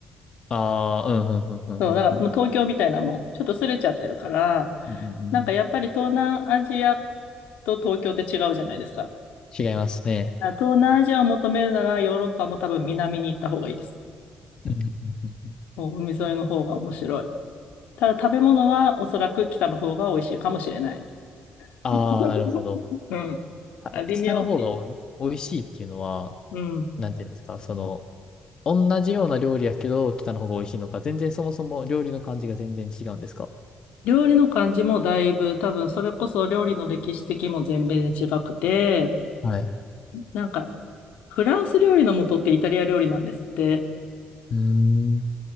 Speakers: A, on the left (about 35°); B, on the left (about 85°).
A: ああ、うん、うんうんうんうん
B: そう、だからもう東京みたいなもんちょっとすれちゃってるから、
A: うんうんうんうん。
B: なんかやっぱり東南アジアと東京って違うじゃないですか。だか
A: 違いますね。
B: ら東南アジアを求めるならヨーロッパも多分南に行った方がいいです。
A: うんうんうんうん
B: もう海沿いの方が面白い。ただ食べ物はおそらく北の方が美味しいかもしれない。
A: ああ、
B: <laughs>
A: なるほど。
B: うん。
A: あ、
B: あ、
A: え、
B: 微妙。
A: 北の方がおい美味しいっていうのは、
B: びうん。
A: なんていうんですか、その、同じような料理やけど、北の方が美味しいのか、全然そもそも料理の感じが全然違うんですか？
B: 料理の感じもだいぶ多分それこそ料理の歴史的も全米で違くて、
A: はい。
B: なんかフランス料理の元ってイタリア料理なんですって。
A: うーん。